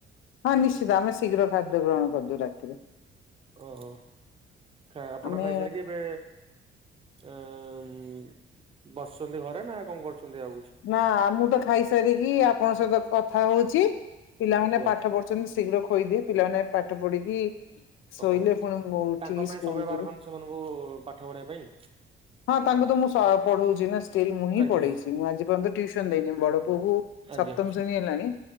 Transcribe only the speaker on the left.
ହଁ ନିଶ୍ଚିତ ଆମେ ଶୀଘ୍ର ଖାଦ୍ୟ ଗ୍ରହଣ କରିଦଉ ରାତିରେ।
ଆମେ
ନା ମୁଁ ତ ଖାଇସାରିକି ଆପଣଙ୍କ ସହିତ କଥା ହଉଚି ପିଲାମାନେ
ପାଠ ପଢୁ ଶୀଘ୍ର ଖୋଇଦିଏ ପିଲାମାନେ ପାଠ ପଢିକି। ଶୋଇଲେ
ପୁଣି ମୁଁ ଉଠିକି
ସ୍କୁଲ
ଯିବେ
ହଁ ତାଙ୍କୁ ତ ମୁଁ ସ- ପଢଉଚି ନା ଷ୍ଟିଲ୍ ମୁଁ ହିଁ
ପଢେଇଚି ମୁଁ ଆଜି ଏପର୍ଯ୍ୟନ୍ତ ଟ୍ୟୁସନ୍ ଦେଇନି ବଡ଼ ପୁଅକୁ
ସପ୍ତମ ଶେଣୀ ହେଲାଣି।